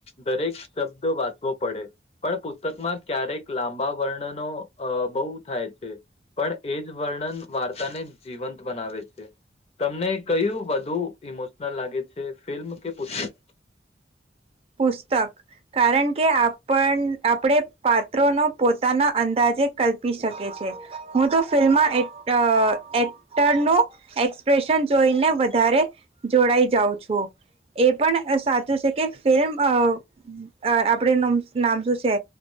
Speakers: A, on the left; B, on the right.
A: દરેક શબ્દ વાંચવો પડે પણ પુસ્તકમાં ક્યારેક લાંબા વર્ણનો અ બહુ થાય છે. પણ એ જ વર્ણન વાર્તાને જીવંત બનાવે છે. તમને કયું વધુ ઇમોશનલ લાગે છે ફિલ્મ કે પુસ્તક?
B: પુસ્તક કારણ કે આપ આપણે પાત્રો નો પોતાના અંદાજ કલ્પી શકે છે હું તો ફિલ્મમાં એક્ટર નો એક્સપ વેશન જોઈને વધારે જોડાઈ જાઉં છું એ પણ સાચું છે કે સેમ આપણે ન નામ શું છે